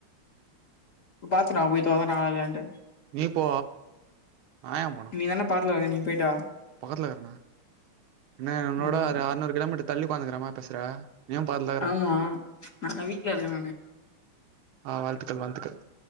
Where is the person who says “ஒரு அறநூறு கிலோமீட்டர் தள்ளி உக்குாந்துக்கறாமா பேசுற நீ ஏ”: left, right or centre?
Right